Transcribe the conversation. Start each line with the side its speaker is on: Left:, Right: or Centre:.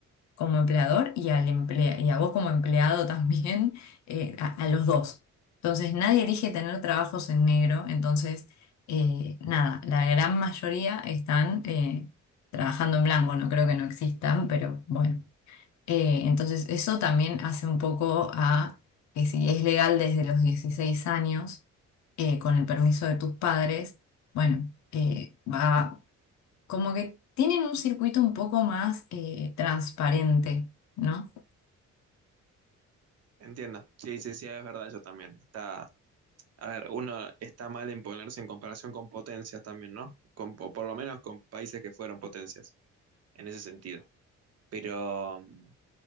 Left: como empleador y, al emplea- y a vos como empleado también, <laughs> eh, a, a los dos. Entonces nadie elige tener trabajos en negro, entonces eh, nada, la gran mayoría están eh, trabajando en blanco, no creo que no existan, pero bueno. Eh, entonces eso también hace un poco a que si es legal desde los 16 años, eh, con el permiso de tus padres, bueno, eh, va como que tienen un circuito un poco más eh, transparente, ¿no?
Right: Entiendo. Sí, sí, sí, es verdad, yo también. Está, A ver, uno está mal en ponerse en comparación con potencias también, ¿no? Con, o por lo menos con países que fueron potencias, en ese sentido. Pero, mm,